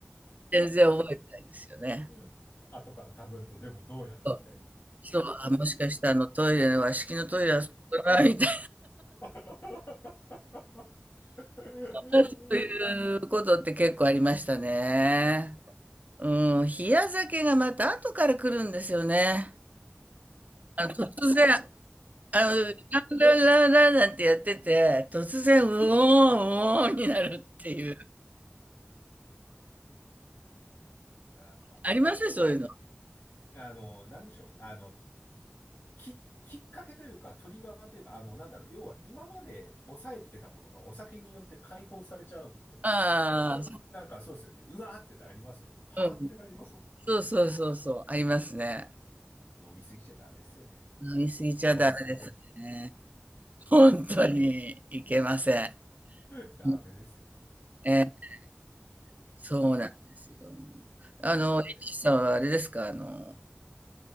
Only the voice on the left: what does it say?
うん後からたぐると、でもどうやらみたいな。
<laughs> うん
なんかもうでも、
あの、なんでしょう。あの、き、きっかけというか、トリガーというか、あの、なんだろう。要は今まで抑えてたものがお酒によって解放されちゃうんで、
やっぱ、なんかそうですよね。うわーってなりますよね。パーってなりますもんね。
飲みすぎちゃダメですよね。やっぱね。
ほどほどです。
<laughs> ダメですよね。
ま
あ、なんで、